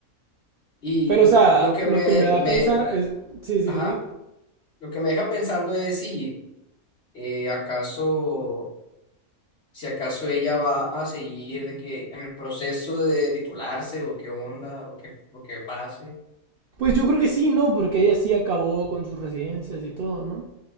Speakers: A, on the left; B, on the right.
A: y
B: Pero, o sea,
A: lo que
B: lo
A: me,
B: que me da
A: me,
B: a pensar es... Sí, sí,
A: ajá,
B: sí.
A: lo que me deja pensando es si eh, acaso, si acaso ella va a seguir de que en el proceso de titularse o qué onda o qué, o qué pase.
B: Pues yo creo que sí, ¿no? Porque ella sí acabó con sus residencias y todo, ¿no?